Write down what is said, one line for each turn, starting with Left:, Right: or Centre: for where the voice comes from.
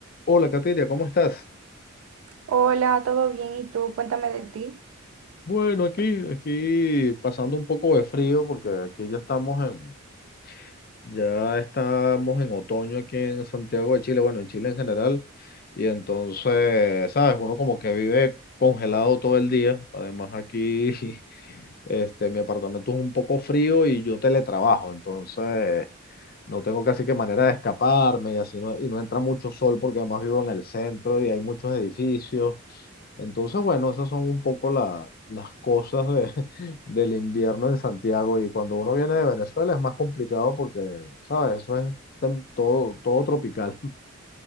Left: Hola, Kateria, ¿cómo estás?
Right: Hola, ¿todo bien? ¿Y tú? Cuéntame de ti.
Left: Bueno, aquí, aquí pasando un poco de frío porque aquí ya estamos en, ya estamos en otoño aquí en Santiago de Chile, bueno, en Chile en general, y entonces, sabes, uno como que vive congelado todo el día. Además aquí, <laughs> este, mi apartamento es un poco frío y yo teletrabajo, entonces no tengo casi que manera de escaparme y así no, y no entra mucho sol porque además vivo en el centro y hay muchos edificios. Entonces, bueno, esas son un poco la- las cosas de- <laughs> del invierno en Santiago y cuando uno viene de Venezuela es más complicado porque, ¿sabes? Eso es tem- todo, todo tropical.